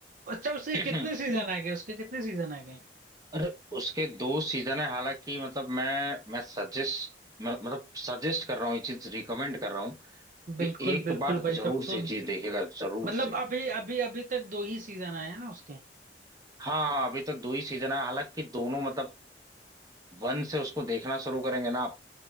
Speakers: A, on the right; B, on the right.
A: अच्छा उसके
B: <clears throat>
A: कितने सीजन आ गए उसके कितने सीजन आ गए
B: अरे उसके दो सीजन है हालांकि मतलब मैं मैं सजेस्ट मतलब सजेस्ट कर रहा हूँ ये चीज रिकमेंड कर रहा हूँ
A: बिल्कुल
B: कि एक
A: बिल्कुल
B: बार
A: भाई
B: जरूर
A: तब
B: से
A: तो
B: चीज देखेगा जरूर
A: मतलब
B: से
A: अभी अभी अभी तक दो ही सीजन आए हैं ना उसके
B: हाँ अभी तक दो ही सीजन है हालांकि दोनों मतलब वन से उसको देखना शुरू करेंगे ना